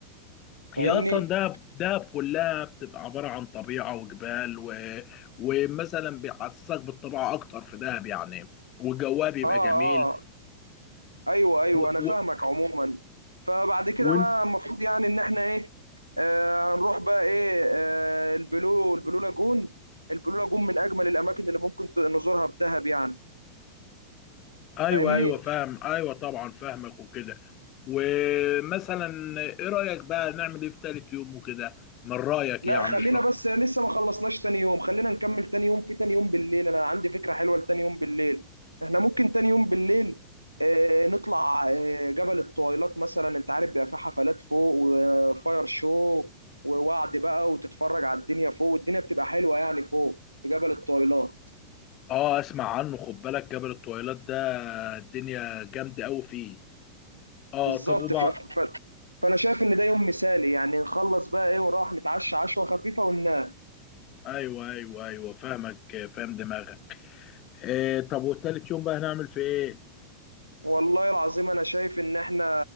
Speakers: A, on the left; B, on the right.
A: هي
B: فاهمني
A: اصلا دهب دهب كلها بتبقى عباره عن طبيعه وجبال و... ومثلا بيحسسك بالطبيعه اكتر في دهب يعني وجوها بيبقى
B: اه
A: جميل
B: آه. ايوه ايوه
A: و...
B: انا فاهمك
A: و...
B: عموما فبعد كده
A: وانت
B: بقى المفروض يعني ان احنا ايه آه هنروح بقى ايه آه البلو البلو لاجون البلو لاجون من اجمل الاماكن اللي ممكن ت- نزورها في دهب يعني
A: ايوه
B: فاهمني
A: ايوه فاهم ايوه طبعا فاهمك وكده ومثلا ايه رايك بقى نعمل ايه في تالت يوم وكده من رايك
B: لا
A: يعني
B: خلينا
A: الشخص
B: بس لسه ما خلصناش تاني يوم خلينا نكمل تاني يوم في تاني يوم بالليل انا عندي فكرة حلوة لتاني يوم بالليل احنا ممكن تاني يوم بالليل آه، نطلع آه، جبل الطويلات مثلا انت عارف بيبقى فيه حفلات فوق وفاير شو ووعد بقى وتتفرج على الدنيا فوق والدنيا بتبقى حلوة يعني فوق في جبل الطويلات
A: اه اسمع عنه خد بالك جبل الطويلات ده الدنيا جامده قوي فيه اه
B: بالظبط
A: طب وبعد
B: ف... ف... فانا شايف ان ده يوم مثالي يعني نخلص بقى ايه ونروح نتعشى عشوة خفيفة وننام
A: ايوه ايوه ايوه فاهمك فاهم دماغك إيه طب والتالت يوم بقى هنعمل في ايه
B: والله العظيم انا شايف ان احنا